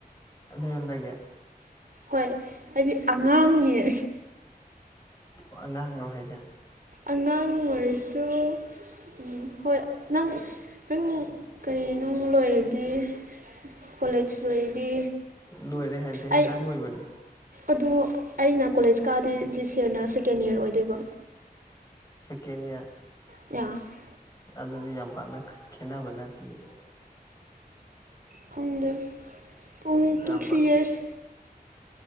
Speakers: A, on the left; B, on the right.
A: ꯑꯗꯨ ꯑꯩꯉꯣꯟꯗꯒꯤ
B: ꯍꯣꯏ ꯍꯥꯏꯗꯤ ꯑꯉꯥꯡꯅꯦ
A: ꯑꯣ ꯑꯉꯥꯡꯔꯣ ꯍꯥꯏꯖꯦ
B: ꯑꯉꯥꯡ ꯑꯣꯏꯔꯁꯨ ꯎꯝ ꯍꯣꯏ ꯅꯪ ꯅꯪ ꯀꯔꯤꯅꯣ ꯂꯣꯏꯔꯗꯤ ꯀꯣꯂꯦꯖ ꯂꯣꯏꯔꯗꯤ
A: ꯂꯣꯏꯔꯦ ꯍꯥꯏꯗꯤ ꯍꯟꯗꯛ
B: ꯑꯩ
A: ꯂꯣꯏꯕꯅꯦ
B: ꯑꯗꯨ ꯑꯩꯅ ꯀꯣꯂꯦꯖ ꯀꯥꯗꯤ ꯗꯤ ꯁꯦꯅꯤꯌꯔ ꯁꯦꯀꯦꯟ ꯏꯌꯔ ꯑꯣꯏꯗꯨꯏꯕ
A: ꯁꯦꯀꯦꯟ ꯏꯌꯔ
B: ꯌꯥꯁ
A: ꯑꯗꯨꯗꯤ ꯌꯥꯝ ꯄꯥꯛꯅ ꯈꯦ ꯈꯦꯟꯅꯕ ꯅꯠꯇꯦꯌꯦ
B: ꯈꯪꯗꯦ ꯄꯨꯡ ꯇꯨ
A: ꯌꯥꯝ
B: ꯊ꯭ꯔꯤ
A: ꯄꯥꯛꯅ
B: ꯏꯌꯔ